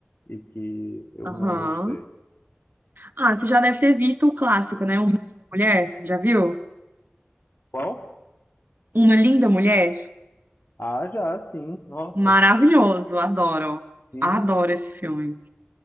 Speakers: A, on the left (about 55°); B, on the right (about 50°).
A: e que eu
B: Aham.
A: não gostei.
B: Ah, você já deve ter visto o clássico, né? Uma Linda Mulher. Já viu?
A: Qual?
B: Uma Linda Mulher?
A: Ah, já, sim. Nossa,
B: Maravilhoso, adoro.
A: sim.
B: Adoro esse filme.